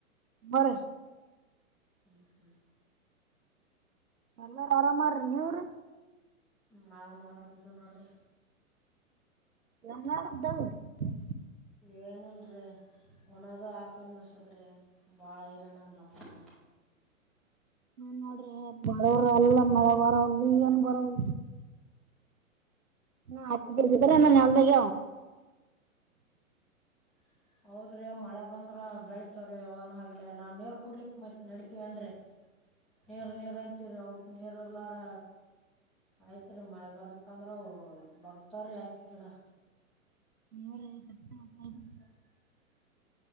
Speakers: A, on the right; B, in the centre.
A: ಬರ
B: ಹ್ಮ್ ಹ್ಮ್
A: ಎಲ್ಲ ಆರಾಮ್ರಿ ನೀವ್ ರಿ
B: ಮಾಾವನು ಆರಾಮಿದ್ದು ನೋಡ್ರಿ
A: ನನ್ನಡ್ದ <unintelligible>
B: <unintelligible> ಒಣದು ಆಾಕ್ಳ ಮೆಣಸದ್ರೆ ಭಾಳ ಹೈರೋಣ ನಮ್ಮನ
A: ನೋಡ್ರಿ ಬರವ ಅಲ್ಲ ಮಳೆ ಬರ ಈಗನ್ ಬರೋಗ ಹಾ ಹರಲ್ಲ ನಲ್ದಾಗ
B: <inaudible> ಹೌದ್ರಿ ಮಳೆ ಬಂದ್ರ ಬೆಳಿತವ್ರೀ ಅವನ್ ಹಾಗೆಲ್ಲ ನಾವ್ ನೀರ್ ಕುಡ್ಲಿಕ್ ಮೈತ್ ನಡಿತೀವನ್ೀ ನೇರ್ ನೀೇರ್ ಅಂತೀರಿ ಅವಕ್ ನೀೇರ ಎಲ್ಲಾರ ಆಯ್ತ್ ರೀ ಮಳೆ ಬರ್ಕಂದ್ರ ಬರತವ್ರಿ ಆಯ್ತ್ ಗಿಡ
A: ನೀವ್ರಿ ಸತ್ತ ಹ್ಮ್
B: ಹ ಹ್ಮ <unintelligible>